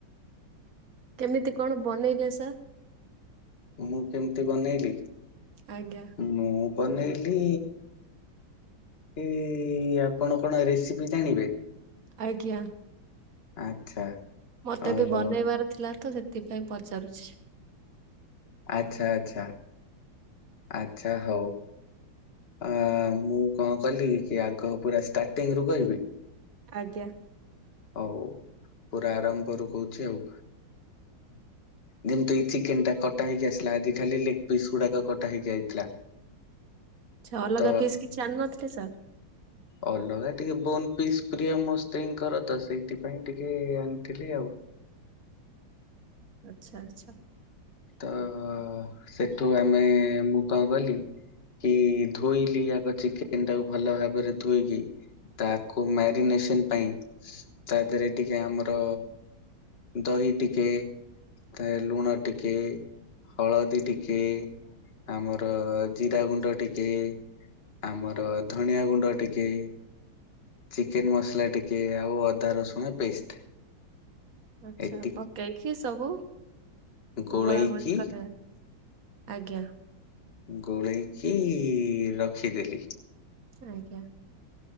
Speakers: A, on the right (about 50°); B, on the left (about 35°).
A: କେମିତି କଣ ବନେଇଲେ ସାର୍?
B: ମୁଁ କେମିତି ବନେଇଲି?
A: ଆଜ୍ଞା।
B: ମୁଁ ବନେଇଲି ଏ ଆପଣ କଣ ରେସିପି ଜାଣିବେ?
A: ଆଜ୍ଞା।
B: ଆଚ୍ଛା।
A: ମତେ
B: ଓହୋ
A: ବି ବନେଇବାର ଥିଲା ତ ସେଥିପାଇଁ ପଚାରୁଛି?
B: ଆଛା ଆଚ୍ଛା। ଆଛା ହଉ। ଆ ମୁଁ କଣ କଲି କି ଆଗ ପୁରା ଷ୍ଟାର୍ଟିଂ ରୁ କହିବି?।
A: ଆଜ୍ଞା।
B: ହଉ। ପୁରା ଆରମ୍ଭରୁ କହୁଛି ଆଉ। ଯେମିତି ଏଇ ଚିକେନ ଟା କଟା ହେଇକି ଆସିଲା ଆଜି ଖାଲି ଲେଗ ପିସ୍ ଗୁଡାକ କଟା ହେଇକି ଆଇଥିଲା।
A: ଆଛା ଅଲଗା
B: ତ
A: ପିସ୍ କିଛି ଆଣନଥିଲେ ସାର୍?।
B: ଅଲଗା ଟିକେ ବୋନ ପିସ୍। ପ୍ରିୟ ମୋ ସ୍ତ୍ରୀ ଙ୍କର ତ ସେଇଥିପାଇଁ ଟିକେ ଆଣିଥିଲି ଆଉ।
A: ଆଚ୍ଛା ଆଛା।
B: ତ ସେଠୁ ଆମେ ମୁଁ କଣ କଲି। କି ଧୋଇଲି ଆଗ ଚିକେନ ଟାକୁ ଭଲ ଭାବରେ ଧୋଇକି। ତାକୁ ମ୍ୟାରିନେସନ ପାଇଁ। ତା ଦେହରେ ଟିକେ ଆମର ଦହି ଟିକେ ତା ଲୁଣ। ଟିକେ ହଳଦୀ ଟିକେ ଆମର। ଜିରା ଗୁଣ୍ଡ ଟିକେ ଆମର ଧଣିଆ ଗୁଣ୍ଡ ଟିକେ। ଚିକେନ ମସଲା ଟିକେ ଆଉ ଅଦା ରସୁଣ ପେଷ୍ଟ।
A: ଆଛା।
B: ଏତିକି
A: ପକେଇକି ସବୁ
B: ଗୋଳେଇକି
A: ଗୋଳା ଗୋଳି କରିଦେବେ। ଆଜ୍ଞା।
B: ଗୋଳେଇକି ରଖିଦେଲି।
A: ଆଜ୍ଞା।